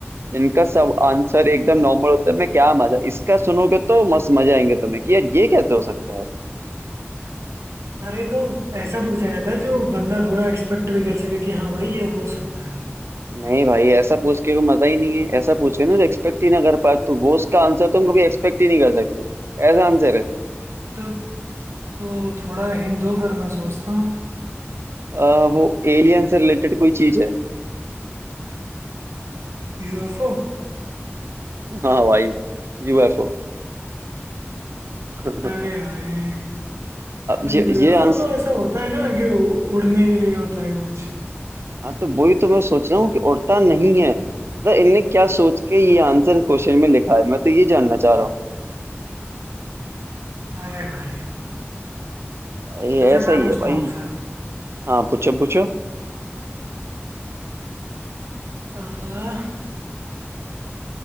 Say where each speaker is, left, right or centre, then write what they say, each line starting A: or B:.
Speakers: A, on the right; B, on the right.
A: जिनका सब आंसर एकदम नॉर्मल होता है मैं क्या मजा इसका सुनोगे तो मस्त मजा आएंगे तुम्हें कि यार ये कैसे हो सकता है
B: अरे तो ऐसा पूछा जाता है जो बंदा थोड़ा एक्सपेक्ट भी कर सके कि हाँ भाई ये हो सकता है
A: नहीं भाई ऐसा पूछ के कोई मजा ही नहीं है ऐसा पूछे ना जो एक्सपेक्ट ही ना कर पाए तो वो उसका आंसर तुम कभी एक्सपेक्ट ही नहीं कर सकते ऐसा आंसर है
B: तो तो थोड़ा हिंट दो फिर मैं सोचता हूँ
A: अ, वो एलियन से रिलेटेड कोई चीज है
B: यूएफओ
A: हाँ भाई यूएफओ <laughs> अब
B: अरे भाई तो
A: ये
B: यूएफओ
A: ये आंसर
B: तो ऐसा होता है ना कि उ- उड़ने के लिए होता है कुछ
A: हाँ तो वही तो मैं सोच रहा हूँ कि उड़ता नहीं है मतलब इनने क्या सोच के ये आंसर क्वेश्चन में लिखा है मैं तो ये जानना चाह रहा हूँ
B: अरे भाई
A: भाई
B: अच्छा
A: ऐसा
B: मैं
A: ही
B: पूछता
A: है भाई
B: हूँ आपसे
A: हाँ पूछो पूछो
B: आ,